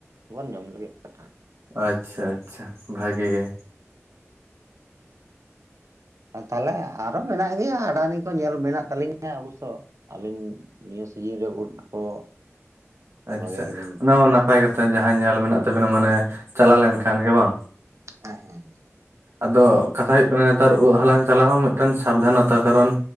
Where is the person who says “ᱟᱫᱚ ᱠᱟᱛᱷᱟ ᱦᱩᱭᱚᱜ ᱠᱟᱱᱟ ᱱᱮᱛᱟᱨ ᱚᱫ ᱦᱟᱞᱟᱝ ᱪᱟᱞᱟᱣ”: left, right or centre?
Right